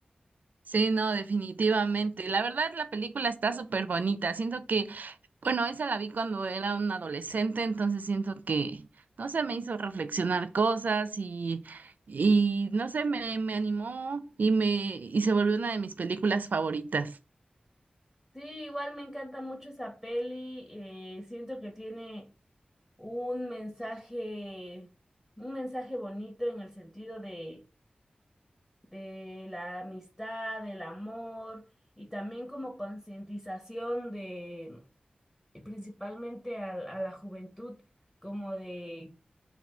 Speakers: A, on the right; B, on the left.
A: Sí, no, definitivamente. La verdad, la película está súper bonita. Siento que, bueno, esa la vi cuando era un adolescente, entonces siento que, no sé, me hizo reflexionar cosas y, y no sé, me, me animó y me, y se volvió una de mis películas favoritas.
B: Sí, igual me encanta mucho esa peli, eh, siento que tiene un mensaje, un mensaje bonito en el sentido de, de la amistad, del amor y también como concientización de, y principalmente a, a la juventud, como de